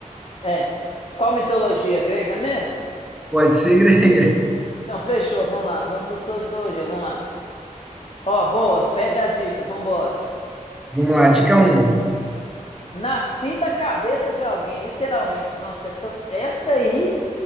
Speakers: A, on the left; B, in the centre.
A: É. Qual mitologia? Grega mesmo?
B: Pode ser grega.
A: Então fechou, vamos lá. Manda um sobre mitologia, vamos lá. Ó, boa, pede a dica, vambora.
B: <laughs> Vamos lá, dica um.
A: Nasci da cabeça de alguém, literalmente. Nossa, essa, essa aí,